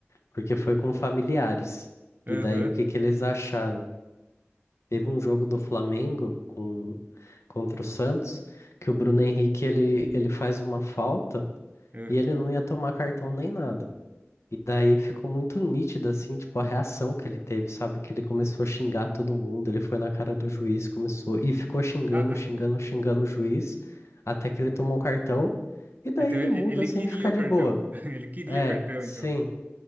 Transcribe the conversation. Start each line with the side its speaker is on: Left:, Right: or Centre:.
Left: porque foi com familiares.
Right: Aham.
Left: E daí o que que eles acharam? Teve um jogo do Flamengo com, contra o Santos, que o Bruno Henrique ele, ele faz uma falta
Right: aham.
Left: e ele não ia tomar cartão nem nada. E daí ficou muito nítido, assim, tipo, a reação que ele teve, sabe? Que ele começou a xingar todo mundo, ele foi na cara do juiz, começou, e ficou xingando,
Right: Ah, ah.
Left: xingando, xingando o juiz, até que ele tomou o cartão, e daí
Right: Então
Left: ele
Right: ele,
Left: muda,
Right: ele
Left: assim,
Right: queria
Left: fica
Right: o
Left: de
Right: cartão.
Left: boa.
Right: <laughs> Ele queria
Left: É,
Right: o cartão,
Left: sim.
Right: então.